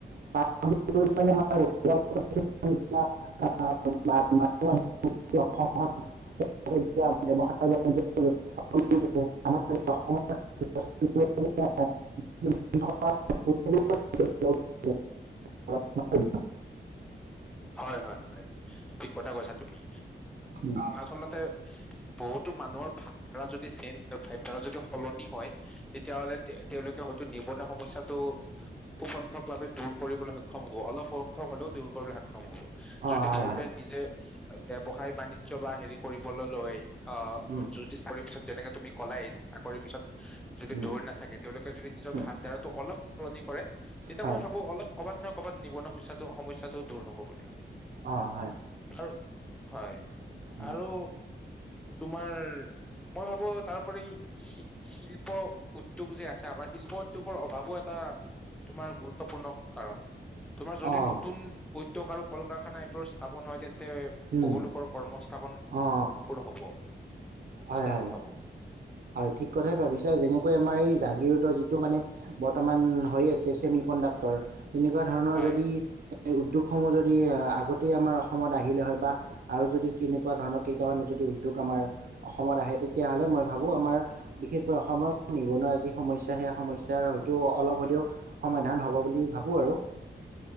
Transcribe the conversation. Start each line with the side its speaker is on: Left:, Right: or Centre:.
Right: <inaudible> গোটেই অসমত অসমত এতিয়া ব্যৱসায়-বাণিজ্য <inaudible> <inaudible> <inaudible>
Centre: হয় হয় হয়, ঠিক কথা কৈছা তুমি।
Right: উম,
Centre: আচলতে বহুতো মানুহৰ ভাৱধাৰা যদি চেন্ব ভাৱধাৰা যদি সলনি হয়। তেতিয়াহ'লে তেওঁলোকে হয়তো নিবনুৱা সমস্যাটো খুব সংখ্যকভাৱে দূৰ কৰিবলৈ সক্ষম হব অলপ হলেও দূৰ কৰিবলৈ সক্ষম হব,
Right: অ
Centre: যদি
Right: হয়
Centre: বহুতে
Right: হয়
Centre: নিজে ব্যৱসায় বাণিজ্য বা হেৰি কৰিবলৈ লয়। অ'
Right: উম
Centre: যদি চাকৰিৰ পিছত যেনেকে তুমি কলাই চাকৰিৰ পিছত যদি
Right: উম
Centre: দৌৰি নাথাকে, তেওঁলোকে যদি নিজৰ
Right: উম,
Centre: ভাৱধাৰাটো অলপ সলনি কৰে তেতিয়া
Right: হয়
Centre: মই ভাবো অলপ ক'বাত নহয় ক'বাত নিবনূৱা কৰে সমস্যাটো দূৰ হ'ব বুলি আৰু।
Right: অ হয়
Centre: আৰু হয়
Right: উম,
Centre: আৰু তোমাৰ মই ভাবো তাৰ উপৰি শিল্প উদ্যোগ যে আছে আমাৰ শিল্প উদ্যোগৰ অভাৱো এটা তোমাৰ গুৰুত্বপূৰ্ণ কাৰণ। তোমাৰ যদি
Right: অ
Centre: নতুন উদ্যোগ আৰু কল-কাৰখানা এইবোৰ স্থাপন হয় তেন্তে
Right: উম,
Centre: বহুলোকৰ কৰ্মস্থাপন
Right: অ
Centre: সফল হব। এনেকে
Right: হয় হয়
Centre: মই ভাবো
Right: হয়, ঠিক কথাই ভাবিছ যেনেকৈ আমাৰ এই জাগীৰোড যিটো মানে বৰ্তমান হৈ আছে ছেমি কণ্ডাক্টৰ তেনেকুৱা ধৰণৰ
Centre: হয়
Right: যদি এ উদ্যোগসমূহ যদি এ আগতে আমাৰ অসমত আহিলে হয় বা আৰু যদি কেনেকুৱা ধৰণৰ কেইটামান যদি উদ্যোগ আমাৰ অসমত আহে তেতিয়াহলে মই ভাবো আমাৰ বিশেষকৈ অসমৰ নিবনুৱা যি সমস্যা সেই সমস্যাৰ হয়তো অ অলপ হলেও সমাধান হব বুলি ভাবো আৰু।